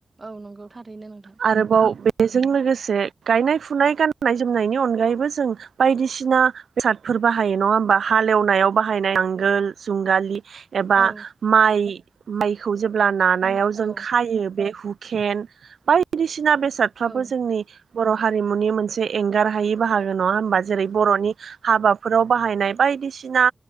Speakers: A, on the right; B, on the right.
A: औ नंगौ थारैनो नोंथां
B: आरोबाव बेजों लोगोसे गायनाय फुनाय गाननाय जोमनायनि अनगायैबो जों बायदिसिना बेसादफोर बाहायो नङा होमबा? हालेवनायाव बाहायनाय नांगोल जुंगालि एबा
A: औ
B: माइ, माइखौ जेब्ला नानायाव
A: हाना
B: जों
A: औ
B: खायो बे हुकेन बायदिसिना बेसादफ्राबो
A: औ
B: जोंनि बर' हारिमुनि मोनसे एंगार हायि बाहागो नङा होमबा जेरै बर'नि हाबाफोराव बाहायनाय बायदिसिना